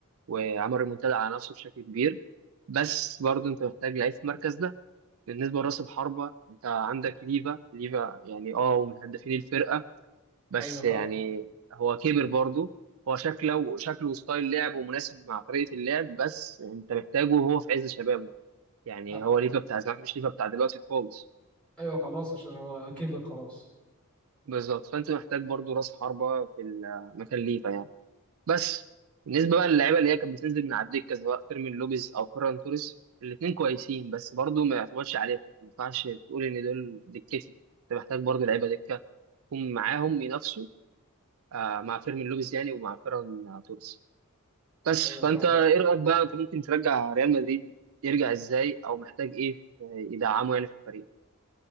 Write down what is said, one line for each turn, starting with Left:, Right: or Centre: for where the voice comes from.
Right: وعمل ريمونتادا على نفسه بشكل كبير بس برضو انت محتاج لعيب في المركز ده بالنسبة لراس الحربة انت عندك ليفا ليفا يعني اه ومن هدافين الفرقة بس
Centre: ايوه فاهم
Right: يعني هو كبر برضه هو شكله شكله وستايل لعبه مناسب مع طريقة اللعب بس انت محتاجه وهو في عز شبابه يعني
Centre: أ-
Right: هو ليفا بتاع زمان مش ليفا بتاع دلوقتي خالص
Centre: ايوه خلاص عشان هو كبر خلاص
Right: بالظبط فانت محتاج برضه راس حربة في ال- مكان ليفا يعني بس بالنسبة بقى للعيبة اللي هي كانت بتنزل من على الدكة سواء فيرمين لوبيز أو فيران توريس الاتنين كويسين بس برضه ما يعتمدش عليهم ما ينفعش تقول إن دول دكتي انت محتاج برضه لعيبة دكة يكون معاهم ينافسوا آه، مع فيرمين لوبيز يعني ومع فيران توريس بس
Centre: ايوه
Right: فانت
Centre: فاهم
Right: ايه رايك بقى انت ممكن ترجع ريال مدريد يرجع ازاي او محتاج ايه آه، يدعمه يعني في الفريق